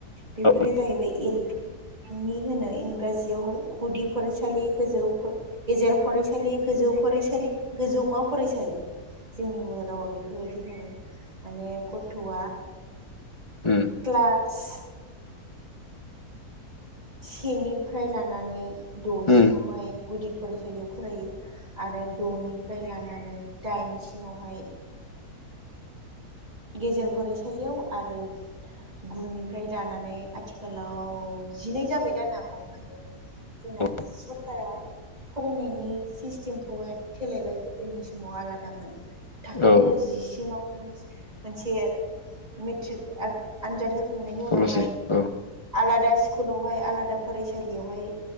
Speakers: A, on the right (about 25°); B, on the left (about 25°).
A: बेफोरो
B: उम
A: जाहैबाय एल फि, एम इ इंराजियावहाय गुदि फरायसालिजौ गेजेर फरायसालि गोजौ फरायसालि गोजौमा फरायसालि जोंनि बर' रावाव बेफोरबायदि बुङो। माने गथ'आ
B: उम
A: क्लास सेनिफ्राय लानानै द'सिमावहाय
B: उम
A: गुदि फरायसालियाव फरायो। आरो द'निफ्राय लानानै दाइनसिमावहाय गेजेर फरायसालियाव आरो गुनिफ्राय लानानै आथिखालाव जिनै जाबाय जानो हागौ माने जोंना
B: औ
A: सरकारा फरायनायनि सिस्टेमखौहाय सोलायबाय गोदोनि समाव आलादामोन थाखो
B: औ
A: जिसिमाव मोनसे मेट्रिक आनजाद होखांनायनि
B: फल'सै
A: उनावहाय
B: औ
A: आलादा स्कुलावहाय आलादा फरायसालियावहाय